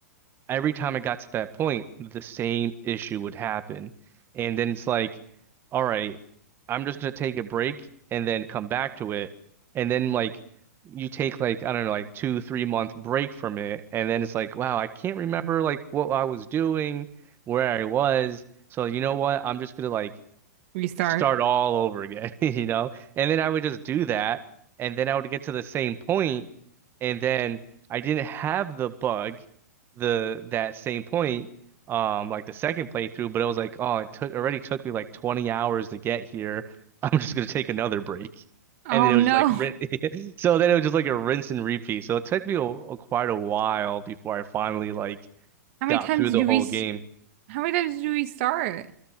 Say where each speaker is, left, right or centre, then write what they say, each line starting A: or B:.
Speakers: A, on the right; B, on the right.
A: every time I got to that point, the same issue would happen. And then it's like, all right, I'm just gonna take a break and then come back to it. And then like you take like, I don't know, like two, three month break from it, and then it's like, wow, I can't remember like what I was doing, where I was. So you know what? I'm just gonna like
B: Restart.
A: start all over again, <laughs> you know? And then I would just do that, and then I would get to the same point, and then I didn't have the bug, the that same point, um, like the second playthrough, but it was like, oh, it took already took me like 20 hours to get here. I'm just gonna take another break.
B: Oh
A: And then it
B: no.
A: was just like,
B: How
A: rin- <laughs> so then it was just like a rinse and repeat. So it took me a, a- quite a while before I finally like
B: many
A: got
B: times
A: through
B: did
A: the
B: you
A: whole
B: re-
A: game.
B: How many times did you restart?